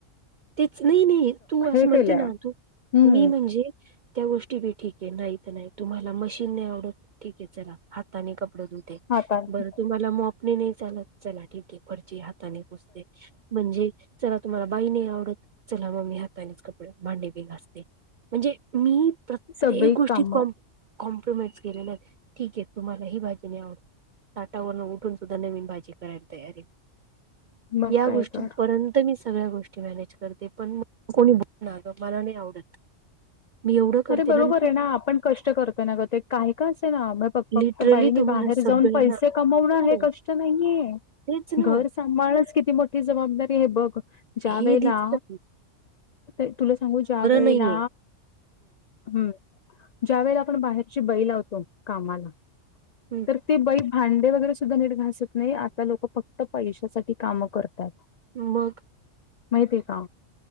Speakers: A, on the right (about 65°); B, on the left (about 80°).
A: तीच नाही नाही तू असं
B: हे
A: म्हणते
B: केलंय
A: ना तू
B: हम्म
A: मी म्हणजे त्या गोष्टी बी ठीक आहे नाही तर नाही तुम्हाला मशीन नाही आवडत ठीके चला हाताने कपडं धुवा.
B: हाताने
A: बर तुम्हाला मोप नी नाही चालत चला ठीक आहे. फरशी हाताने पुसते म्हणजे चला तुम्हाला बाई नाही आवडत चला मग मी हातानेच कपडे भांडी बी घासते म्हणजे मी प्रत्येक
B: सगळी
A: गोष्टीत
B: कामं
A: कॉम्प्रोमाइज केलेला ठीके तुम्हाला ही भाजी नाही आवड ताटावरून उठून सुद्धा नवीन भाजी करायला तयार आहे.
B: मग
A: या
B: काय
A: गोष्टीपर्यंत
B: तर
A: मी सगळ्या गोष्टी मॅनेज करते पण मला कोणी बोललं मला नाही आवडत मी एवढं करते
B: अरे बरोबर
A: मी
B: आहे ना आपण कष्ट करतो ना ग ते काही का असेना म फक्
A: लिटरली
B: फक्त बाईने
A: तुम्हाला
B: बाहेर
A: सगळ्यांना
B: जाऊन पैसे कमवणं
A: हो
B: हे कष्ट नाहीये.
A: तेच ना
B: घर सांभाळणंचं किती मोठी जबाबदारी आहे हे बघ. ज्या
A: हे
B: वेळेला
A: दिसत कि
B: ते तुला सांगू ज्या वेळेला
A: नाहीये
B: हम्म ज्या वेळेला आपण बाहेरची बाई लावतो कामाला
A: हम्म
B: तर ती बाई भांडे वगैरे सुद्धा नीट घासत नाही आता लोक फक्त पैशासाठी काम करतात.
A: मग.
B: माहितीये का